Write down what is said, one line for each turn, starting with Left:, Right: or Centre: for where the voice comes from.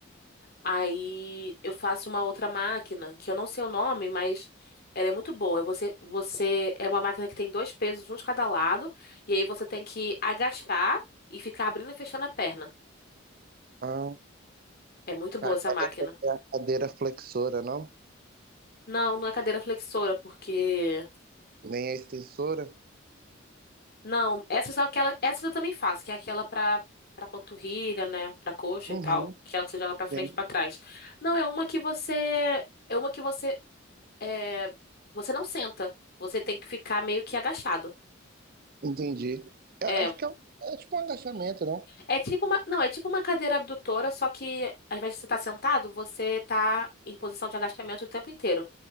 Left: Aí eu faço uma outra máquina, que eu não sei o nome, mas ela é muito boa. É Você, você é uma máquina que tem dois pesos, um de cada lado, e aí você tem que agachar e ficar abrindo e fechando a perna.
Right: Ah,
Left: É muito boa
Right: é
Left: essa máquina.
Right: é a cadeira flexora, não?
Left: Não, não é cadeira flexora, porque
Right: Nem a extensora.
Left: não, essa são aquela, essa eu também faço, que é aquela pra para panturrilha, né, Pra coxa
Right: Uhum,
Left: e tal, que é ela que você joga pra
Right: sim,
Left: frente e pra trás. Não, é uma que você é uma que você é, você não senta. Você tem que ficar meio que agachado.
Right: entendi. Eu
Left: É,
Right: acho que é, um- é tipo um agachamento, não?
Left: é tipo uma, não, é tipo uma cadeira abdutora, só que ao invés de você estar sentado, você tá em posição de agachamento o tempo inteiro.